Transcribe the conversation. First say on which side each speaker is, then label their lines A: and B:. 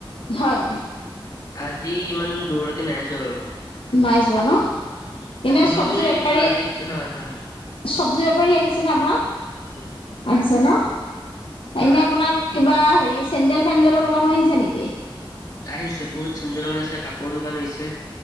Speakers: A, on the left; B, on the left.
A: হয়।
B: আজি ইমান দূৰলৈকে নাই যোৱা আৰু।
A: নাই যোৱা ন। এনে
B: ধৰিব
A: চব্জি
B: নি
A: বেপাৰী
B: দেচোন আজি হয় হয়।
A: চব্জি বেপাৰী আহিছে ন আপোনাৰ, আহিছে ন।
B: হয়
A: এনে আপোনাক কিবা হেৰি চেন্দেল তেন্দেলৰ দোকানো আহিছে নেকি।
B: আহিছে বহুত চেন্দলো আনিছে কাপোৰো দোকান আহিছে।